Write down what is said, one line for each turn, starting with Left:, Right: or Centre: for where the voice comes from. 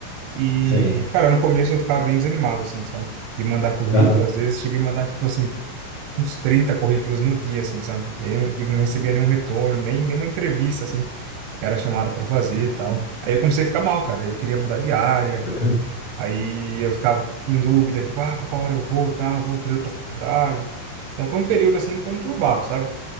Right: E,
Left: Sei.
Right: cara, no começo eu ficava bem desanimado, assim, sabe? De mandar currículo,
Left: Aham.
Right: às vezes cheguei a mandar, tipo assim, uns 30 currículos no dia, assim, sabe? E aí eu, tipo, não recebia nenhum retorno, nem nenhuma entrevista, assim, que era chamada pra fazer e tal. Aí eu comecei a ficar mal, cara, eu queria mudar de área,
Left: <clears throat>
Right: aí eu ficava em dúvida, tipo, ah, pra qual hora eu vou, tal, vou fazer outra faculdade. Então foi um período, assim, conturbado, sabe?